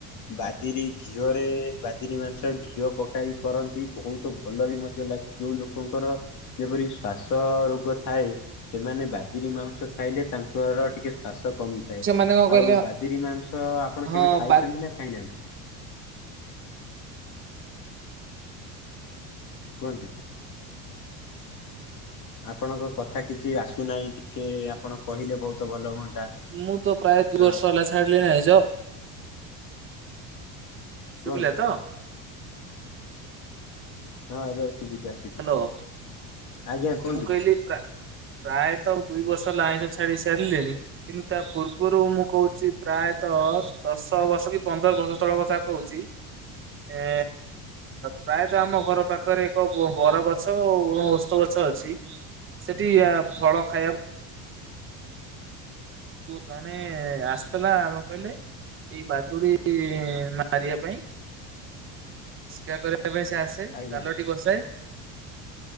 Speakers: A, on the left (about 50°); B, on the right (about 30°).
A: ବାଦିରି ଘିଅରେ ବାଦିରି ମାଂସ ଘିଅ ପକାଇ କରନ୍ତି। ବହୁତ ଭଲ ବି ମଧ୍ୟ ଲାଗେ। ଯୋଉ ଲୋକଙ୍କର ଯେପରି ଶ୍ଵାସ ରୋଗ ଥାଏ। ସେମାନେ ବଦିରି ମାଉଂସ ଖାଇଲେ ତାଙ୍କର ଟିକେ ଶ୍ୱାସ କମିଥାଏ।
B: ସେମାନେ କଣ କହିଲେ
A: ଆଉ ବାଦିରୀ ମାଂସ ଆପଣ
B: ହଁ
A: କେବେ ଖାଇଛନ୍ତି
B: ବା
A: ନା ଖାଇନାହାନ୍ତି? କୁହନ୍ତୁ? ଆପଣଙ୍କ କଥା କିଛି ଆସୁନାହିଁ। ଟିକେ ଆପଣ କହିଲେ ବହୁତ ଭଲ ହୁଅନ୍ତା।
B: ମୁଁ ତ ପ୍ରାୟ ଦୁଇ
A: ହଁ
B: ବର୍ଷ ହେଲା ଛାଡିଲିଣି ଆଇଁଷ। ଶୁବିଲା
A: କୁହନ୍ତୁ
B: ତ।
A: ହଁ ଏବେ ଶୁବୁଛି ଆସୁଛି
B: ହ୍ୟାଲୋ
A: କୁହନ୍ତୁ ଆଜ୍ଞା କୁହନ୍ତୁ।
B: ମୁଁ କହିଲି ପ୍ରା ପ୍ରାୟତଃ ଆଉ ଦୁଇ ବର୍ଷ ଆଇଁଷ ଛାଡି ସାରିଲିଣି? କିନ୍ତୁ ତା ପୂର୍ବରୁ ମୁଁ କହୁଛି ପ୍ରାୟତଃ ଦଶ ବର୍ଷ କି ପନ୍ଦର ବର୍ଷ ତଳ କଥା କହୁଛି ଛି ଏ ପ୍ରାୟତଃ ଆମ ଘର ପାଖରେ ଏକ ମୋ ବର ଗଛ ଉ ଓସ୍ତ ଗଛ ଅଛି ସେଠି ଆ ଫଳ ଖାଇବାକୁ ମାନେ ଆସିଥିଲା କଣ କହିଲେ ଏଇ ବାଦୁଡି ଇ ମାରିବା ପାଇଁ ଶିକାର କରି ଶିକାର କରିବା ପାଇଁ ଆସେ
A: ଆଜ୍ଞା
B: ଜାଲଟି। ରେ ବସାଏ